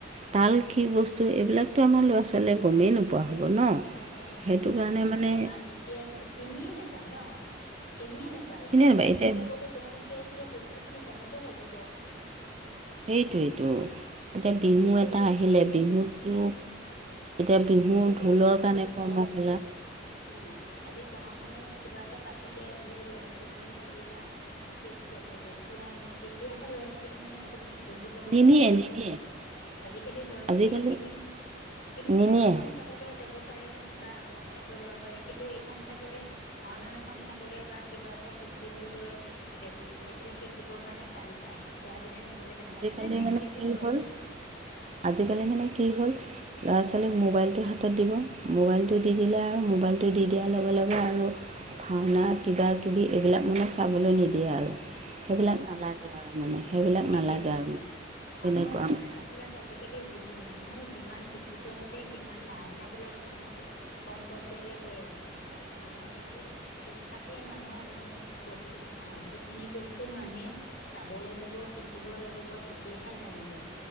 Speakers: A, on the right (about 35°); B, on the left (about 50°).
A: তাল কি বস্তু এইবিলাকতো আমাৰ ল'ৰা ছোৱালীয়ে গমেই নোপোৱা হ'ব ন?
B: নাপায় নাপায়
A: সেইটো
B: নাপায়
A: কাৰণে
B: নাপায়,
A: মানে
B: কাৰণ এতিয়া চিনিয়ে নাপায় ন চিনিয়ে নায় পায়,
A: নাপায়
B: চিনি
A: এতিয়া
B: পাবলৈ তেওঁলোকে এতিয়া বস্তু খিনি জানিব লাগিব।
A: সেইটোৱেটো, এতিয়া বিহু
B: সেই
A: এটা
B: বস্তুখিনি
A: আহিলে বিহুটো এতিয়া বিহুৰ
B: হ'ব
A: ঢোলৰ
B: লাগিব
A: কাৰণে
B: আজি
A: কৰ্মশলা
B: বা উম আজি গাওঁখনত কিবা এটা পাতিলে বোলে, ল'ৰা ছোৱালী খিনিক লৈ যাও। ইচ্ছাকিতি দেখুৱাই ন তেতিয়াহে ল'ৰা ছোৱালীখিনিয়ে চিনি বুজি পাব
A: নিনিয়ে
B: বা চিনি
A: নিনিয়ে
B: পাব, আজিকালি লৰা ছোৱালী
A: আজিকালি
B: সেইখিনি কিন্তু চিনেমা
A: নিনিয়ে
B: চাবলৈ যাব পাৰে বা আমুক চাব যাব পাৰে। কিন্তু খন চাবলৈ ভাওনা এখন চাবলৈ বা কিবা এটা শিকিবলৈ এইবিলাক শিকিবৰ কাৰণে তান পায়। গাৰ্জেনে নিবলৈ টান
A: আজিকালি
B: পায় মানে নেগলেকটি
A: কি
B: কৰে
A: হ'ল
B: আৰু।
A: আজিকালি মানে কি হ'ল? ল'ৰা ছোৱালীক মোবাইলটো হাতত দিব, মোবাইলটো দি দিলে আৰু মোবাইলটো দি দিয়াৰ লগে লগে আৰু ভাওনা কিবা কিবি এইবিলাক মানে চাবলৈ নিদিয়ে আৰু। সেইবিলাক নালাগে আৰু মানে সেইবিলাক
B: সেইটোৱেটো
A: নালাগে
B: মানুহৰ,
A: আৰু তেনেকুৱা
B: মানুহৰ ধাৰণা
A: মানে
B: বিলাক আজিকালি যি মানুহ যিমান শিক্ষিত হৈছে সিমান ধাৰণাবিলাক মানুহ কম পৰ্যায়লৈ গৈ আছে। কাৰণ মানুহে ভাবে কি শিক্ষাটোৱেই মানুহৰ মেইন বস্তু নহয়। এইখিনি বস্তু মানুহে চাব লাগিব শিকিব লাগিব তেতিয়াহে জানিব।